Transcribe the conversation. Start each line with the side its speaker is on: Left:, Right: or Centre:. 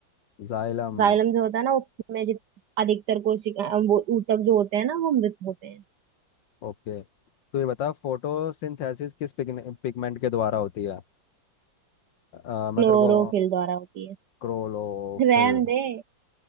Left: जाइलम
Right: जाइलम जो होता है ना उसमें जित- अधिकतर कोशिका वो ऊतक जो होते हैं ना वो मृत होते हैं
Left: ओके तो ये बता फोटोसिंथेसिस किस पिगमेंट के द्वारा होती है आ, मैं
Right: क्लोरोफिल
Left: तेरे को
Right: द्वारा होती है
Left: क्रोलोफिल
Right: रहन दे